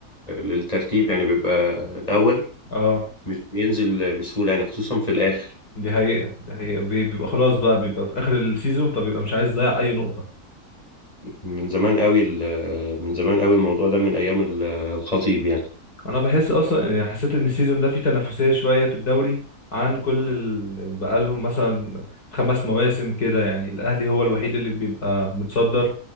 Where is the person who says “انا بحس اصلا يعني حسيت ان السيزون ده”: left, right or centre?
Left